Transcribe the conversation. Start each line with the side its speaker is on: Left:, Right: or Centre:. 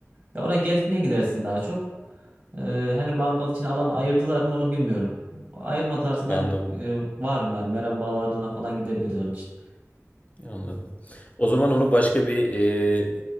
Right: Ya oraya gezmeye gidersin daha çok. E, hani mangal için alan ayırdılar mı onu bilmiyorum. Ayırmadılarsa
Left: Anladım.
Right: da hani e, var mı yani Meram Bağları'na falan gidebiliriz onun için.
Left: Anladım. O zaman onu başka bir e,